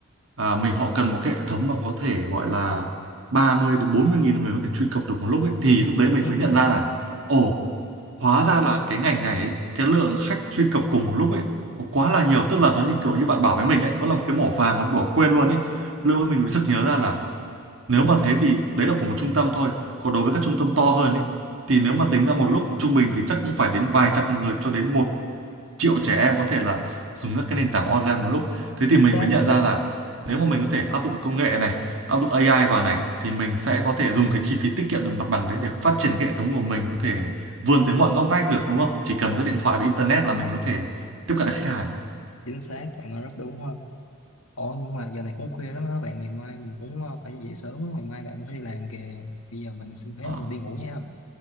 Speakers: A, on the right (about 65°); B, on the left (about 75°).
A: à, mình họ cần một cái hệ thống mà có thể gọi là 30 đến 40 nghìn người có thể truy cập được một lúc ấy thì lúc đấy mình
B: <laughs>
A: mới nhận ra là ồ hóa ra là cái ngành này ấy, cái lượng khách truy cập cùng một lúc ấy nó quá là nhiều tức là nó như kiểu như bạn bảo với mình đấy nó là một cái mỏ vàng mà bỏ quên luôn ấy lúc đó mình mới sực nhớ ra là nếu mà thế thì đấy là của một trung tâm thôi còn đối với các trung tâm to hơn ý, thì nếu mà tính ra một lúc trung bình thì chắc cũng phải đến vài trăm nghìn người cho đến một triệu trẻ em có thể là dùng các cái nền tảng online một lúc thế
B: chính
A: thì mình
B: xác
A: mới nhận ra là nếu mà mình có thể áp dụng công nghệ này áp dụng AI vào này thì mình sẽ có thể dùng cái chi phí tiết kiệm được mặt bằng đấy để phát triển cái hệ thống của mình có thể vươn tới mọi ngóc ngách được đúng không chỉ cần một cái điện thoại và internet là mình có thể tiếp cận được khách hàng
B: chính xác bạn nói rất đúng hơn Ồ nhưng mà giờ này cũng khuya lắm đó bạn Ngày mai mình cũng ờ, phải về sớm á. Ngày mai bạn cũng phải đi làm kìa Bây giờ mình xin phép
A: Ờ.
B: mình đi ngủ nha